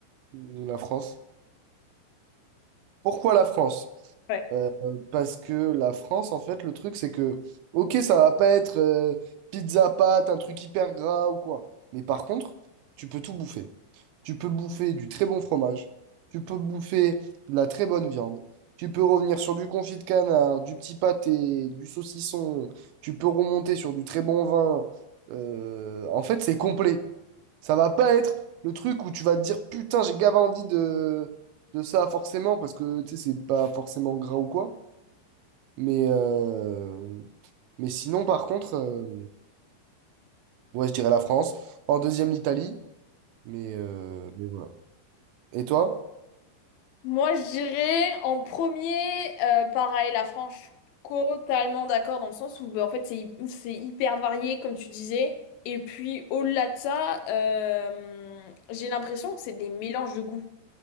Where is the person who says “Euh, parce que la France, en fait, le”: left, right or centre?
Right